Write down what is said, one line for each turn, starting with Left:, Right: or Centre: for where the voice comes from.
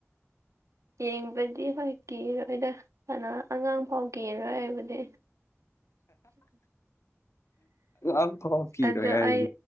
Right: ꯌꯦꯡꯕꯗꯤ ꯍꯣꯏ ꯀꯤꯔꯣꯏꯗ ꯀꯅꯥ ꯑꯉꯥꯡ ꯐꯥꯎ ꯀꯤꯔꯣꯏ ꯍꯥꯏꯕꯨꯗꯤ
Left: ꯑꯝꯐꯥꯎ ꯀꯤꯔꯣꯏ
Right: ꯑꯗꯣ
Left: ꯍꯥꯏꯁꯤꯅꯤ
Right: ꯑꯩ